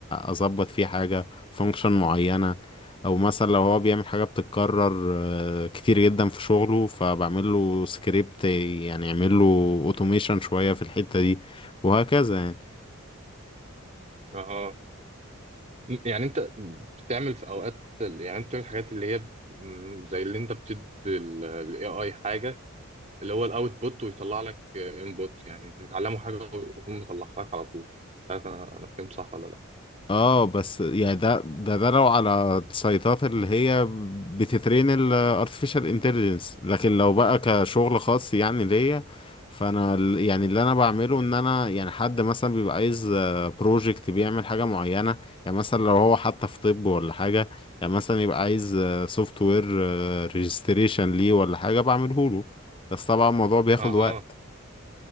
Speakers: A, on the left; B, on the right.
A: اظبط فيه حاجة فانكشن معينة او مثلا لو هو بيعمل حاجة بتتكرر آه، كتير جدا في شغله فبعمل له سكريبت يعني يعمل له اوتوميشن شوية في الحتة دي وهكذا يعني
B: اه يعني انت بتعمل في اوقات يعني انت بتعمل الحاجات اللي هي م- زي اللي انت بتدي الاي اي حاجه اللي هو الاوتبوت ويطلع لك انبوت يعني انت بتعلمه حاجه ويقوم مطلعها لك على طول مش عارف انا انا فهمت صح ولا لا
A: اه بس يعني ده ده ده لو على السيطات اللي هي بتترين ال artificial intelligence لكن لو بقى كشغل خاص يعني ليا فانا ال- يعني اللي انا بعمله ان انا يعني حد مثلا بيبقى عايز بروجكت بيعمل حاجة معينة يعني مثلا لو هو حتى في طب ولا حاجة يعني مثلا يبقى عايز سوفت وير ريجستريشن ليه ولا حاجة بعمله له بس طبعا الموضوع بياخد
B: اها
A: وقت